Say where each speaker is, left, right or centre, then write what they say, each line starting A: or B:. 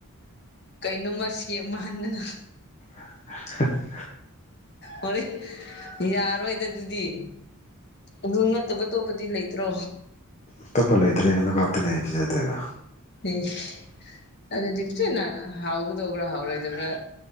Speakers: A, on the left; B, on the left.
A: ꯀꯩꯅꯣꯝꯃ ꯁꯦꯝ ꯃꯟꯗꯅ
B: <inaudible>
A: ꯍꯣꯔ ꯌꯥꯔꯣꯏꯗ ꯑꯗꯨꯗꯤ ꯑꯗꯨ ꯅꯠꯇꯕ ꯇꯣꯞꯄꯗꯤ ꯂꯩꯇ꯭ꯔꯣ
B: ꯑꯇꯣꯞꯄ ꯂꯩꯇ꯭ꯔꯦꯕꯅ ꯉꯥꯛꯇꯅꯦ ꯑꯩ ꯄꯤꯖꯗꯦꯕ
A: ꯍ ꯑꯗꯨꯗꯞꯁꯅ ꯍꯥꯎꯒꯗꯣꯕ꯭ꯔꯥ ꯍꯥꯎ꯭ꯔꯣ ꯍꯥꯏꯗꯕ꯭ꯔꯥ